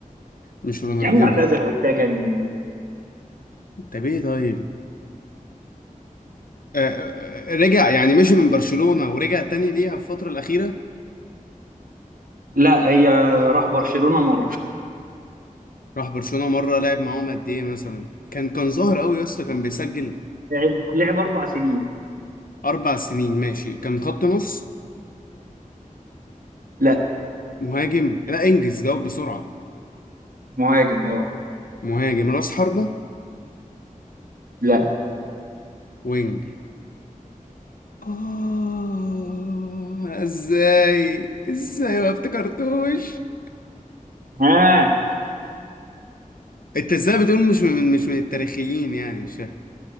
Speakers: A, on the left (about 85°); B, on the right (about 85°).
A: مش رونالدينيو
B: يا عم ده اعتذر واتجن
A: طب ايه طيب آه آه، آه، رجع يعني مشي من برشلونة ورجع تاني ليها في الفترة الأخيرة
B: لا هي راح برشلونة مرة
A: راح برشلونة مرة لعب معاهم قد ايه مثلا كان كان ظاهر قوي يا اسطى كان بيسجل
B: لعب لعب اربع سنين
A: أربع سنين ماشي كان خط نص
B: لا
A: مهاجم لا انجز جاوب بسرعة
B: مهاجم اه
A: مهاجم راس حربة
B: لا
A: وينج آه ازاي ازاي ما افتكرتوش
B: ها
A: انت ازاي بتقول مش من مش من التاريخيين يعني مش فاهم.